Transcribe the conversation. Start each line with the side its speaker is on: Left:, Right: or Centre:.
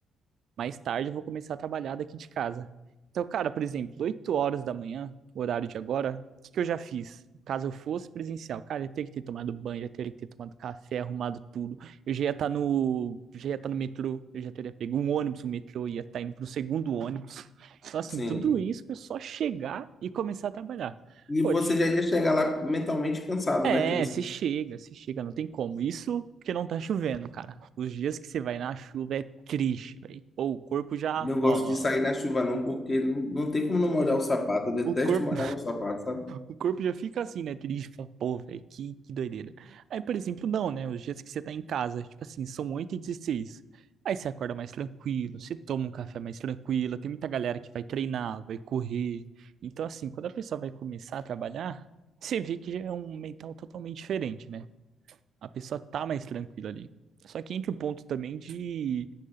Right: mais tarde eu vou começar a trabalhar daqui de casa. Então, cara, por exemplo, 8 horas da manhã, o horário de agora, o que que eu já fiz? Caso eu fosse presencial, cara, eu ia ter que ter tomado banho, eu ia ter que ter tomado café, arrumado tudo. Eu já ia estar no, já ia estar no metrô, eu já teria pego um ônibus, um metrô, ia estar indo pro segundo ônibus. Então, assim,
Left: sim.
Right: tudo isso é só chegar e começar a trabalhar.
Left: E
Right: Pô,
Left: você
Right: tch-
Left: já ia chegar lá mentalmente cansado,
Right: é,
Left: né? Tipo, assim,
Right: você chega, você chega, não tem como. Isso porque não tá chovendo, cara. Os dias que você vai na chuva é triste, velho. Pô, o corpo já,
Left: Não gosto
Right: ó,
Left: de sair na chuva, não, porque não, não tem como não molhar o sapato. Eu detesto
Right: O corpo,
Left: molhar meu sapato, sabe?
Right: o corpo já fica assim, né? Triste, fala, pô, velho, que, que doideira. Aí, por exemplo, não, né? Os dias que você tá em casa, tipo assim, são 8h16. Aí você acorda mais tranquilo, você toma um café mais tranquilo. Tem muita galera que vai treinar, vai correr. Então, assim, quando a pessoa vai começar a trabalhar, você vê que já é um mental totalmente diferente, né? A pessoa tá mais tranquila ali. Só que entra o ponto também de